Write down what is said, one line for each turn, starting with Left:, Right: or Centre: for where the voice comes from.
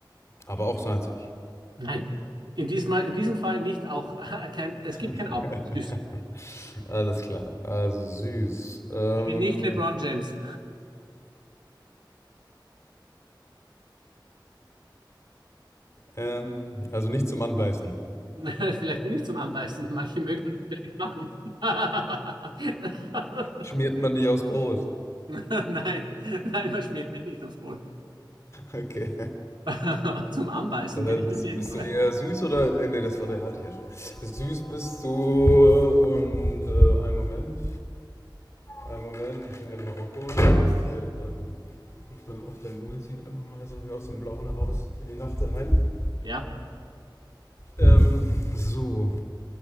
Left: Aber auch salzig.
Right: nein. In diesmal, in diesem Fall nicht auch. <laughs> Kein, es gibt
Left: <laughs>
Right: kein auch. Süß.
Left: Alles klar. Also süß. Ähm,
Right: Ich bin nicht LeBron James.
Left: ähm, also nicht zum Anbeißen.
Right: <laughs> Vielleicht bin ich zum Anbeißen. Manche mögen das vielleicht machen. <laughs>
Left: Schmiert man dich aufs Brot.
Right: Nein, nein, man schmiert mich nicht aufs Maul.
Left: Okay.
Right: <laughs> Zum Anbeißen
Left: Äh,
Right: bin ich
Left: bist,
Right: auf jeden
Left: bist
Right: Fall.
Left: du eher süß oder. Äh, nee, das war der hatte ich ja schon. Süß bist du und äh, einen Moment. Einen Moment, ich bin ja in Marokko. Das heißt hier ähm, auf der, auf der Muizin einfach mal so wie aus dem Blauen heraus in die Nacht rein.
Right: Ja,
Left: Ähm, so,